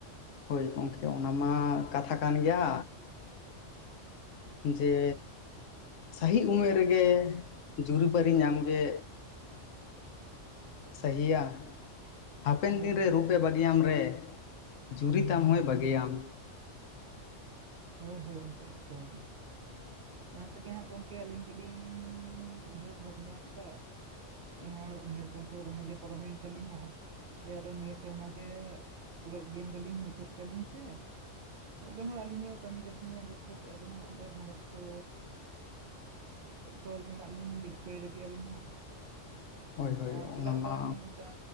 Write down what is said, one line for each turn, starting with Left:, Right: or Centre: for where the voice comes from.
Left: ᱦᱳᱭ ᱜᱚᱝᱠᱮ ᱚᱱᱟ ᱢᱟ ᱠᱟᱛᱷᱟ ᱠᱟᱱ ᱜᱮᱭᱟ ᱡᱮ ᱥᱟᱦᱤ ᱩᱢᱮᱨ ᱨᱮᱜᱮ ᱡᱩᱨᱤᱯᱟᱨᱤ ᱧᱟᱢᱜᱮ ᱥᱟᱦᱤᱭᱟ ᱦᱟᱯᱮᱱ
Right: ᱦᱳᱭ
Left: ᱫᱤᱱᱨᱮ
Right: ᱦᱳᱭ
Left: ᱨᱩᱯ ᱯᱮ ᱵᱟᱜᱤᱭᱟᱢ ᱨᱮ ᱡᱩᱨᱤ ᱛᱟᱢ ᱦᱚᱸᱭ ᱵᱟᱜᱤᱭᱟᱢ
Right: ᱦᱳᱭ ᱦᱳᱭ ᱜᱚᱝᱠᱮ ᱮᱠᱫᱚᱢ ᱚᱱᱟ ᱛᱮᱜᱮ ᱦᱟᱸᱜ ᱜᱚᱝᱠᱮ ᱟᱹᱞᱤᱧ ᱫᱚᱞᱤᱧ ᱩᱭᱦᱟᱹᱨ ᱵᱷᱟᱵᱽᱱᱟ ᱠᱮᱫᱟ ᱠᱮ ᱦᱟᱨ ᱩᱢᱮᱨ ᱵᱚᱞᱛᱮᱫᱚ ᱫᱚᱢᱮ ᱜᱮ ᱯᱟᱨᱚᱢᱮᱱ ᱛᱟᱞᱤᱧᱟ ᱟᱫᱚ ᱱᱤᱭᱟᱹ ᱥᱮᱨᱢᱟ ᱜᱮ ᱚᱞᱚᱜ ᱡᱤᱭᱚᱱ ᱫᱚ ᱞᱤᱧ ᱢᱩᱪᱟᱹᱫ ᱛᱟᱹᱞᱤᱧ ᱛᱮ ᱟᱫᱚ ᱦᱟᱸᱜ ᱟᱹᱞᱤᱧ ᱦᱚᱸ ᱠᱟᱹᱢᱤ ᱠᱟᱹᱥᱱᱤ ᱟᱹᱜᱩ ᱠᱟᱛᱮᱫ ᱟᱫᱚ ᱦᱟᱸᱜ ᱜᱷᱟᱨᱚᱸᱡᱽ ᱛᱚ ᱛᱚᱞ ᱢᱮᱱᱟᱜ ᱞᱤᱧ ᱨᱤᱠᱟᱹᱭ ᱞᱟᱹᱜᱤᱫ ᱟᱹᱞᱤᱧ ᱦᱚᱸ ᱾
Left: ᱦᱳᱭ ᱦᱳᱭ
Right: ᱟᱨ
Left: ᱚᱱᱟ
Right: ᱪᱮᱫᱟᱜ
Left: ᱢᱟ
Right: ᱵᱟᱝ ᱚᱝᱠᱟ